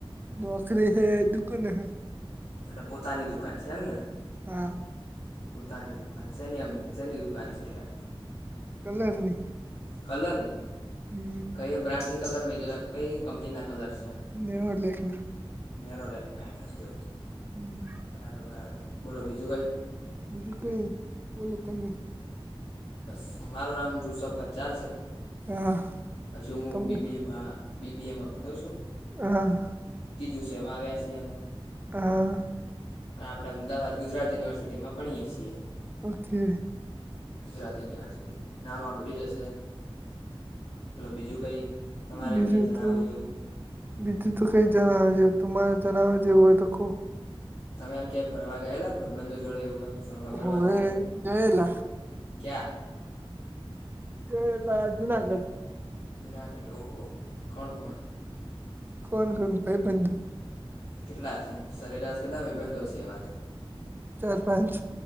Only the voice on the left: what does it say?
એટલે પોતાની દુકાન છે એમ ને
પોૂતાની દુકાન છેની એમ શની દુકાન છે, એટલે
કલરની
કઈ બ્રાન્ડની કલર વેઘરે કઈ કંપની ના કલર છે એમ
નેરો લેગપેન્ટ ઓકે ઓ
બરાબર બરાબર બોલો બીજું કઈ
બસ મારું નામ ઋષભ પંચાલ છે,
હજુ મુ
બીબીએ ભા બીબીએમ ભણો છો?
ત્રીજું છે એમાં આવ્યા છીએ અમે.
હા આપડા અમદાવાદ ગુજરાત યુનિવર્સિટીમાં ભણીએ છીએ.
ગુજરાતી યુનિવર્સિટી નામ સાંભળયુ જ હશે? બોલો બીજું કઈ? તમારે
કઈ જણાવું
જેવું
તમે આમ ક્યાંય ફરવા ગયેલા ભાઈબંધો જોડે એવુ એમ ફરવા ફરવાનું
કઈ એમ?
ક્યા?
જુનાગઢ ઓહો કોણ કોણ?
કેટલા છે એમ સરેરાશ કેટલા ભાઈબંધો હશે એવા તો?